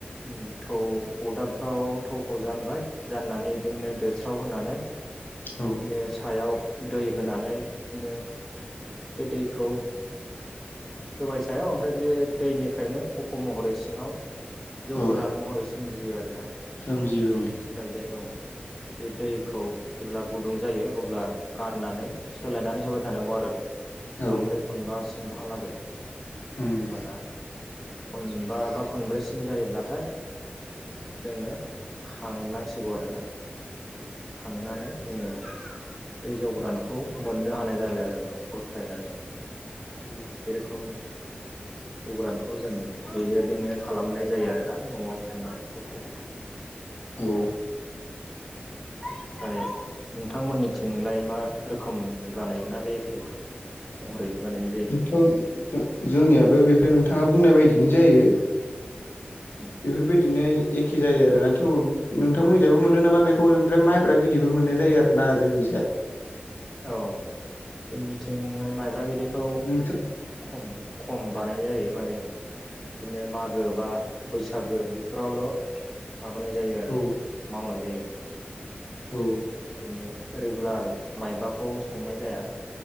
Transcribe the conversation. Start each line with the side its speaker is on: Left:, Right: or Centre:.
Centre: ओम थौ अरदाबफ्राव थौखौ जानबाय जाननानै बिदिनो दोस्राव होनानै
Left: औ
Centre: बिदिनो सायाव दै होनानै बिदिनो बे दैखौ होबाय सायाव ओमफ्राय बे दैनिफ्रायनो खफ' महरै सिङाव जौ
Left: औ
Centre: गोरान महरै सोमजियो आरोना।
Left: सोमजियो औ
Centre: ओमफ्राय बे औ बे दैखौ जेब्ला गुदुं जायो अब्ला गारनानै सोलायनानै होबाय थानांगौ आरो।
Left: औ
Centre: खनब्रै खनबासिमहालागै होबाना
Left: उम औ
Centre: खनबा बा खनब्रैसिम जायोब्लाथाय जोङो खांनांसिगौ आरो ना ओम खांनानै जोङो बे जौ गोरानखौ मोननो हानाय जाबाय आरो उनाव बोख्लायनानै।
Left: औ
Centre: खोम जौ गोरानखौ जों बेबायदिनो खालामनाय जायो आरोना न'आव संना जौखौ।
Left: औ
Centre: ओमफ्राय नोंथांमोननिथिंलाय मा रोखोमै बानायो ना बे एखे महरैनो बानायनाय जायो।
Left: थ' जोंनियाबो बेखै नोंथाङा बुंनाय बायदिनो जायो।
Centre: उम
Left: बेफोरबायदिनो एखे जायो आरोना थेव नोंथांमोननि जाबो मोनो नामा बेखौ ओमफ्राय माइब्रा बिदिबो मोननाय जायो आरो ना जोंनि जाय।
Centre: औ जोंनिथिं माने माइब्रा बिदैखौ
Left: नोंथां
Centre: खम खम बानायनाय जायो माने बिदिनो मागो बा बैसागो बेफोरावल' माबानाय जायो आरो
Left: औ
Centre: मावनाय जायो बिदिनो
Left: औ
Centre: रेगुलार माइब्राखौ संनाय जाया।